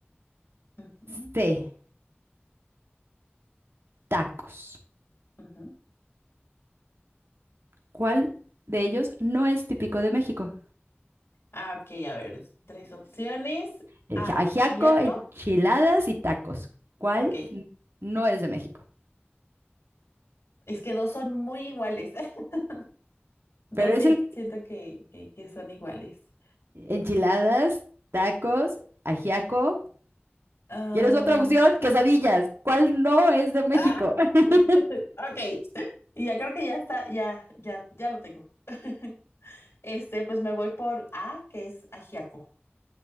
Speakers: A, on the left (about 85°); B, on the right (about 70°).
A: ujú,
B: C, tacos,
A: ujú.
B: ¿Cuál de ellos no es típico de México?
A: Ah, ok, a ver, tres opciones.
B: El
A: Ajiaco.
B: ajiaco, enchiladas y tacos. ¿Cuál
A: Ok,
B: n- no es de México?
A: es que dos son muy iguales. <laughs> Dos
B: Pero es
A: sí
B: el
A: siento que, que, que son iguales.
B: enchiladas, tacos, ajiaco.
A: Ah,
B: ¿Quieres otra opción? Quesadillas. ¿Cuál no es de México?
A: ah,
B: <laughs>
A: <laughs> ok, y ya creo que ya está, ya, ya, ya lo tengo. <laughs> Este, pues me voy por A, que es ajiaco.